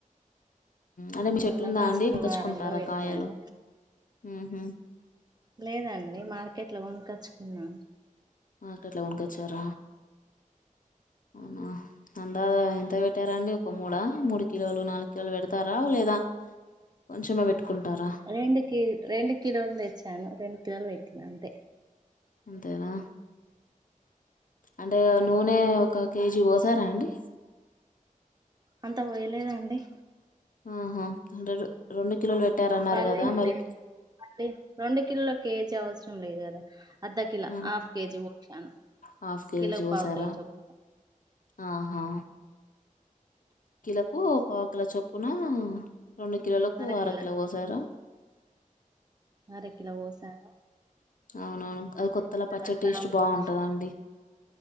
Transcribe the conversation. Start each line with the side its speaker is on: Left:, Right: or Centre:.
Left: అదే మీ
Right: జూన్
Left: చెట్టు
Right: లో
Left: ఉందా
Right: ఫస్ట్
Left: అండి కోనచ్చుకుంటారా
Right: వారంలో పెట్టాను
Left: కాయలు హ్మ్
Right: లేదండి మార్కెట్ లో కొనకొచ్చుకున్నా
Left: మార్కెట్ లో కొనుకోచ్చార అవునా అందాజ ఎంత పెట్టారాండి ఒక మూడా మూడు కిలోలు నాలుగు కిలోలు పెడతారా లేదా? కొంచెమే పెట్టుకుంటార
Right: రెండు కి రెండు కిలోలు తెచ్చాను రెండు కిలోలు పెట్టిన అంతే
Left: అంతేనా అంటే నూనె ఒక కేజీ పోసారా అండి
Right: అంత పోయలేదండి
Left: ఆహా! ఉండదు రెండు కిలోలు పెట్టారన్నారు
Right: పల్లీ
Left: కదా
Right: నూనె,
Left: మరి
Right: అంటే రెండు కిలోల కేజీ అవసరం లేదు కదా అర్ధ కిలో
Left: ఆ
Right: హాఫ్ కేజీ ఓర్షాను
Left: హాఫ్
Right: కిలో
Left: కోసారా
Right: పావు కిలో చొప్
Left: ఆహా కిలకు పావు కిల చొప్పున రెండు కిలోలకు
Right: అరకిల
Left: అర కిలో పోసార
Right: అర కిలో వోసార
Left: అవునవును అది కొత్తల
Right: అలా
Left: పచ్చడి
Right: గ్రాములు
Left: టేస్ట్ బావుంటాదండి
Right: పోసి